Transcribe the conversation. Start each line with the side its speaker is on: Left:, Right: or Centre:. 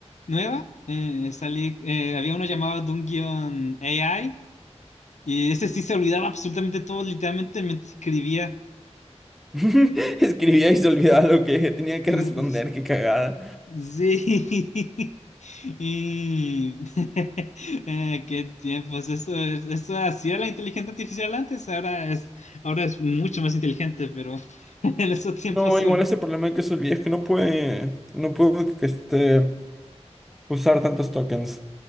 Left: nueva, eh, salí, eh, había uno llamado Dungeon AI y ese sí se olvidaba absolutamente todo, literalmente me escribía.
Centre: <laughs> Escribía y se olvidaba lo que tenía que
Left: <laughs>
Centre: responder, qué cagada.
Left: Sí. <laughs> Y <laughs> eh, qué tiempos. Eso es, eso así era la inteligencia artificial antes, ahora es, ahora es mucho más inteligente, pero <laughs> en esos tiempos
Centre: No,
Left: se
Centre: igual
Left: olvi-
Centre: ese problema de que se olvida es que no puede, no puedo que este, usar tantos tokens.